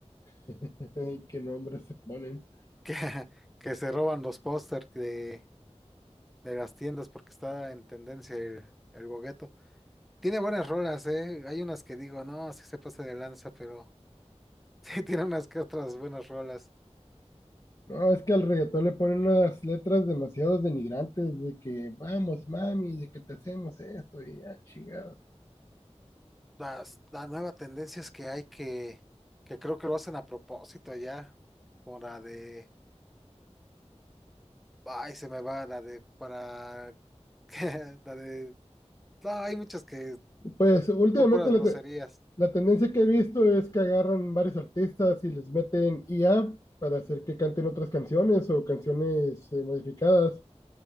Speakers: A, on the left; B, in the centre.
A: <laughs> Ay, Qué nombres se ponen.
B: Que, que se roban los pósters de, de las tiendas porque está en tendencia el, el bogueto. Tiene buenas rolas, ¿eh? Hay unas que digo, no, sí se pasa de lanza, pero <laughs> sí tiene unas que otras buenas rolas.
A: No, es que al reggaetón le ponen unas letras demasiado denigrantes de que vamos, mami, de que te hacemos esto y ya, chingado.
B: Las, la nueva tendencia es que hay que, que creo que lo hacen a propósito ya, como la de Ay, se me va la de para <laughs> la de no, hay muchas que
A: Pues últimamente,
B: son puras groserías.
A: La tendencia que he visto es que agarran varios artistas y les meten IA para hacer que canten otras canciones o canciones eh, modificadas.